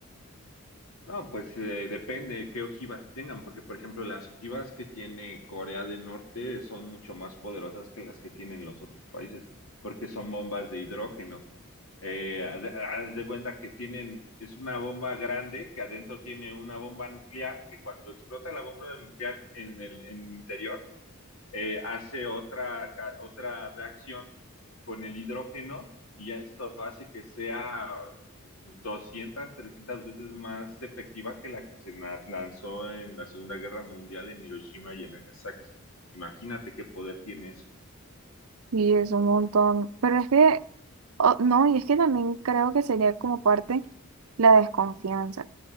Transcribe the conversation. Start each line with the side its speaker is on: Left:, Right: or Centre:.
Left: No, pues eh, depende de qué ojivas tengan, porque por ejemplo las ojivas que tiene Corea del Norte son mucho más poderosas que las que tienen los otros países, porque son bombas de hidrógeno. Eh, haz de haz de cuenta que tienen, es una bomba grande que adentro tiene una bomba nuclear, que cuando explota la bomba nuclear en el, en el interior, eh, hace otra, otra reacción con el hidrógeno y ya esto hace que sea 200 300 veces más efectiva que la que se lanzó en la Segunda Guerra Mundial en Hiroshima y en Nagasaki. Imagínate qué poder tiene eso.
Right: Y es un montón. Pero es que, oh, no, y es que también creo que sería como parte la desconfianza.